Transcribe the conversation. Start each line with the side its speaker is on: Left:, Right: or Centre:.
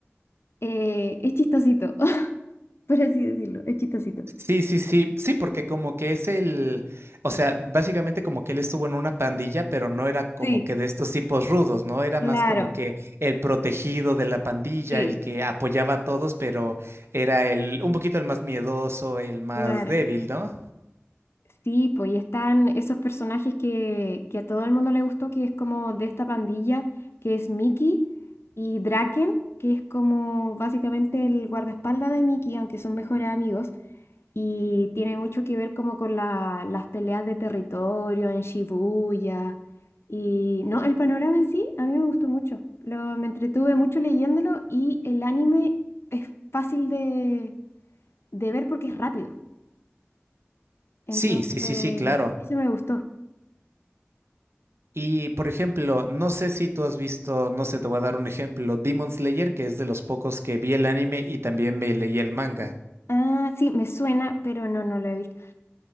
Left: eh, es chistosito, <laughs> por así decirlo, es chistosito.
Right: Sí, sí, sí, sí, porque como que es el, o sea, básicamente como que él estuvo en una pandilla, pero no era como
Left: Sí,
Right: que de estos tipos rudos, ¿no? Era
Left: claro,
Right: más como que el protegido de la pandilla,
Left: sí,
Right: el que apoyaba a todos, pero era el, un poquito el más miedoso, el más
Left: claro.
Right: débil, ¿no?
Left: Sí, pues y están esos personajes que, que a todo el mundo le gustó, que es como de esta pandilla, que es Mickey y Draken, que es como básicamente el guardaespaldas de Mickey, aunque son mejores amigos, y tiene mucho que ver como con la- las peleas de territorio en Shibuya. Y no, el panorama en sí a mí me gustó mucho. Lo, me entretuve mucho leyéndolo y el anime es fácil de, de ver porque es rápido. Entonces,
Right: Sí, sí, sí, sí, claro.
Left: eso me gustó.
Right: Y por ejemplo, no sé si tú has visto, no sé, te voy a dar un ejemplo, Demon Slayer, que es de los pocos que vi el anime y también me leí el manga.
Left: Ah, sí, me suena, pero no, no lo he visto.